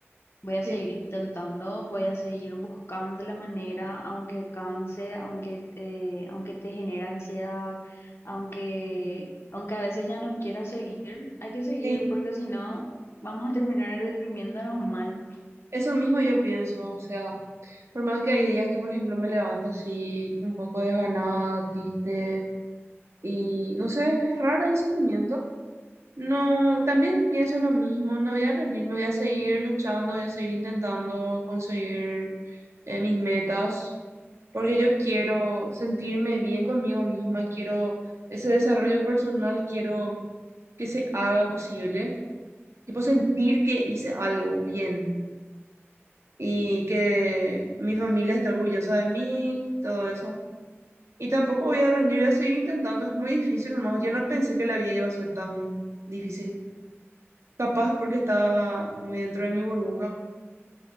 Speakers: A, on the left; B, on the right.
A: Voy a
B: Sí,
A: seguir intentando, voy a seguir buscando la manera, aunque canse, aunque, eh, aunque te genera ansiedad, aunque, aunque a veces ya no quieras seguir, hay que seguir
B: sí,
A: porque si no vamos a terminar deprimiéndonos mal. <laughs>
B: eso mismo yo pienso, o sea, por más que hay días que, por ejemplo, me levanto así un poco desganada, triste, y no sé, es raro el sentimiento. No, también pienso lo mismo, no voy a rendirme, voy a seguir luchando, voy a seguir intentando conseguir eh, mis metas, porque yo quiero sentirme bien conmigo misma, quiero ese desarrollo personal, quiero que se haga posible, quiero sentir que hice algo bien. y que mi familia esté orgullosa de mí, todo eso. Y tampoco voy a rendir, voy a seguir intentando, es muy difícil nomás. Yo no pensé que la vida iba a ser tan difícil. Capaz porque estaba muy dentro de mi burbuja.